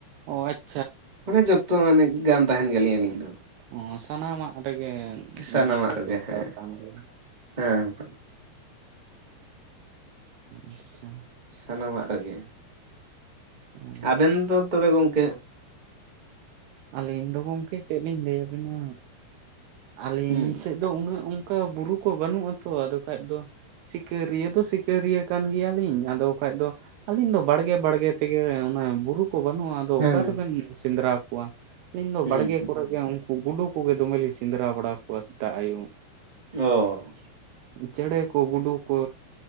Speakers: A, on the right; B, on the right.
A: ᱚᱪ
B: ᱢᱟᱱᱮ ᱡᱚᱛᱚ ᱢᱟᱱᱮ ᱜᱟᱱ ᱛᱟᱦᱮᱱ ᱜᱮᱞᱤᱧ ᱟᱹᱞᱤᱧ ᱫᱚ
A: ᱚ ᱥᱟᱱᱟᱢᱟᱜ ᱨᱮᱜᱮ
B: ᱥᱟᱱᱟᱢᱟᱜ
A: ᱤᱭᱟᱹ ᱫᱚ
B: ᱨᱮᱜᱮ
A: ᱫᱚᱨᱠᱟᱨ
B: ᱦᱮᱸ
A: ᱠᱟᱱ ᱜᱮᱭᱟ
B: ᱦᱮᱸ
A: ᱟᱪᱪᱷᱟ
B: ᱥᱟᱱᱟᱢᱟᱜ ᱨᱮᱜᱮ,
A: ᱚ
B: ᱟᱵᱮᱱ ᱫᱚ ᱛᱚᱵᱮ ᱜᱚᱝᱠᱮ
A: ᱟᱹᱞᱤᱧ ᱫᱚ ᱜᱚᱢᱠᱮ ᱪᱮᱫ ᱞᱤᱧ ᱞᱟᱹᱭ ᱟᱵᱤᱱᱟ? ᱟᱹᱞᱤᱧ
B: ᱦᱩᱸ
A: ᱥᱮᱫ ᱫᱚ, ᱩᱱᱟᱹᱜ ᱚᱱᱠᱟ ᱵᱩᱨᱩ ᱠᱚ ᱵᱟᱹᱱᱩᱜ ᱟᱛᱚ ᱟᱫᱚ ᱠᱷᱟᱡ ᱫᱚ ᱥᱤᱠᱟᱹᱨᱤᱭᱟᱹ ᱫᱚ ᱥᱤᱠᱟᱹᱨᱤᱭᱟᱹ ᱠᱟᱱ ᱜᱮᱭᱟᱞᱤᱧ, ᱟᱫᱚ ᱠᱷᱟᱡ ᱫᱚ ᱾ ᱟᱞᱤᱧ ᱫᱚ ᱵᱟᱹᱲᱜᱮ ᱵᱟᱹᱲᱜᱮ ᱛᱮᱜᱮ, ᱵᱩᱨᱩ ᱠᱚ ᱵᱟᱹᱱᱩᱜ ᱟ ᱾
B: ᱦᱮᱸ
A: ᱚᱠᱟ ᱨᱮᱵᱮᱱ ᱥᱮᱸᱫᱽᱨᱟ ᱠᱚᱣᱟ? ᱟᱞᱤᱧ ᱫᱚ
B: ᱦᱩᱸ
A: ᱵᱟᱲᱜᱮ
B: ᱦᱩᱸ
A: ᱠᱚᱨᱮ ᱜᱮ ᱩᱱᱠᱩ ᱜᱩᱰᱩ ᱠᱚᱜᱮ ᱫᱚᱢᱮᱞᱤᱧ ᱥᱮ ᱥᱮᱱᱫᱨᱟ ᱵᱟᱲᱟ ᱠᱚᱣᱟ ᱥᱮᱛᱟᱜ ᱟᱭᱩᱵ ᱾
B: ᱚᱻ᱾
A: ᱪᱮᱬᱮ ᱠᱚ ᱜᱩᱰᱩ ᱠᱚ